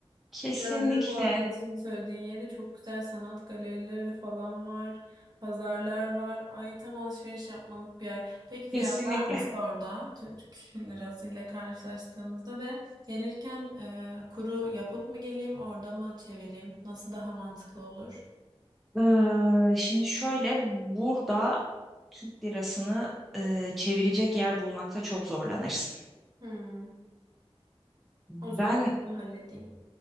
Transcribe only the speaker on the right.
Gördüm bu arada şimdi söylediğin yerde çok güzel sanat galerileri falan var. Pazarlar var. Ay tam alışveriş yapmalık bir yer. Peki fiyatlar
nasıl orada? Türk lirası ile karşılaştığımızda ve gelirken e, kuru yapıp mı geleyim orada mı çevireyim? Nasıl daha mantıklı olur?
Hmm.
O zaman burada halledeyim.